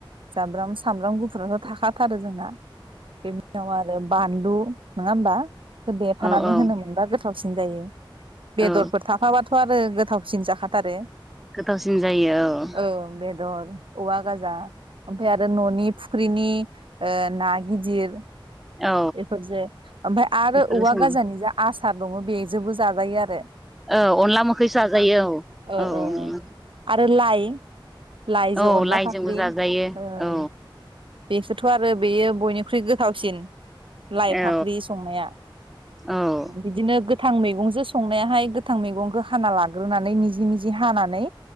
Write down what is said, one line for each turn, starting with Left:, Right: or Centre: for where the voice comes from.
Right: जाब्राम सामब्राम गुफुरथ' थाखा थारो जोंना बेनि उनाव आरो बान लु नङा होमबा देफानानै
Centre: औ औ
Right: होनोम मोनबा गोथाव सिन जायो बेदरफोर
Centre: औ
Right: थाफाबा थ' आरो गोथावसिन जाखाथारो
Centre: गोथाव सिन जायो औ
Right: ओं <unintelligible> औवा गाजा ओमफ्राय आरो न'नि फुख्रिनि आ ना गिदिर
Centre: औ
Right: बेफोर जे ओमफ्राय आरो
Centre: बेफोरो
Right: औवा
Centre: सङो
Right: गाजानि जा आ सार दङ बेजोंबो जाजायो आरो
Centre: औ अनला मोखै जाजायो
Right: ओ
Centre: औ औ
Right: ओ आरो लाइ लाइजों
Centre: औ
Right: अनला
Centre: लाइजोंबो
Right: फाख्रि
Centre: जाजायो
Right: ओम
Centre: औ
Right: बेसर थ' आरो बेयो बनिख्रुइ गो थावसिन लाइ
Centre: औ
Right: फाख्रि संनाया
Centre: औ
Right: बिदिनो गोथां मैगंजों संनायाहाय गोथां मैगंखौ हाना लाग्रोनानै मिजि मिजि हानानै